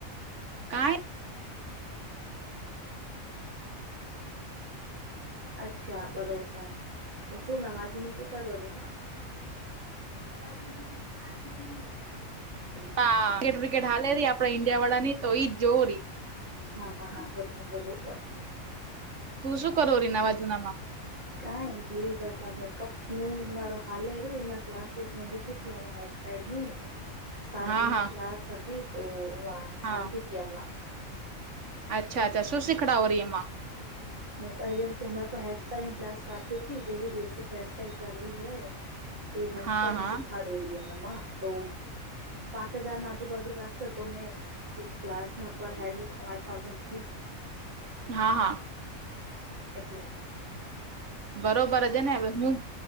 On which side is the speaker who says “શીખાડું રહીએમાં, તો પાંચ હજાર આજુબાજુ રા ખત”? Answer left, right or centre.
Right